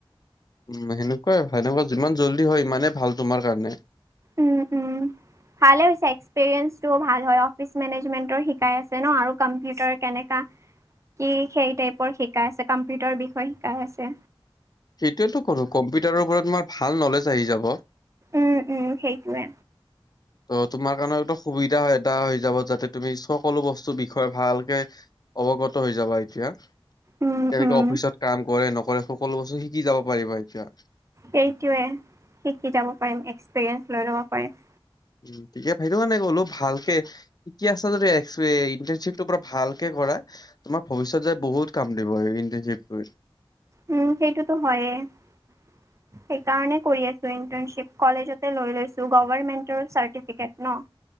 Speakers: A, on the left; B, on the right.
A: উম সেনেকুৱাই সেনেকুৱা যিমান জল্দি হয় ইমানেই ভাল তোমাৰ কাৰণে।
B: উম উম। ভালেই হৈছে এক্সপ্ৰিয়েঞ্চটো ভাল হয় অফিচ মেনেজমেন্টৰ শিকাই আছে ন আৰু কম্পিউটাৰ কেনেকা কি সেই টাইপৰ শিকাই আছে কম্পিউটাৰ বিষয়ে শিকাই আছে।
A: সেইটোয়েতো কৰো কম্পিউটাৰৰ ওপৰত তোমাৰ ভাল নলেজ আহি যাব।
B: উম উম সেইটোৱে।
A: ত তোমাৰ কাৰণেটো সুবিধা হয় এটা হৈ যাব যাতে তুমি সকলো বস্তুৰ বিষয়ে ভালকে অৱগত হৈ যাবা এ- তিয়া কেনেকে
B: উম উম
A: অফিচত কাম কৰে নকৰে সকলো বস্তু শিকি যাব পাৰিবা এতিয়া।
B: সেইটোৱে শিকি যাব পাৰিম এক্সপিৰিয়েঞ্চ লৈ ল'ব পাৰিম।
A: উ ঠিকেই সেইটো কাৰণে ক'লো ভালকে শিকি আছা যদি ইন্টাৰ্ণশ্বিপটো পৰা ভালকে কৰ- কৰা তোমাৰ ভৱিষ্যত যে বহুত কাম দিব এই ইন্টাৰশ্বিপটোৱে।
B: উম সেইটোতো হয়েই। সেইকাৰণে কৰি আছো ইন্টাৰ্ণশ্বিপ কলেজতে লৈ লৈছো গভমেন্টৰ চাৰ্টিফিকেট ন।